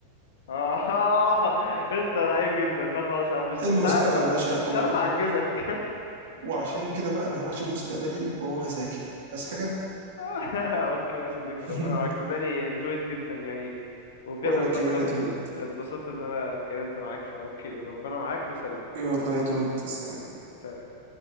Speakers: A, on the left; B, on the right.
A: آه <laughs> انت رهيب جدا ده خلاص أنا مش
B: المستقبل
A: مش عارف
B: يا باشا
A: مش
B: او
A: عارف اعجزك <laughs>
B: وعشان كده بقى انا هروح اشوف مستقبلي واروح اذاكر عايز حاجه
A: <laughs> اوكي يا صديقي ربنا
B: <laughs>
A: معاك صدقني enjoyed جدا يعني وبجد
B: ولا
A: اتبسطت
B: كمان يا دود
A: اتبسطت ان انا اتكلمت معاك فاوكي ربنا معاك وسلام
B: يلا يا دود سلام
A: سلام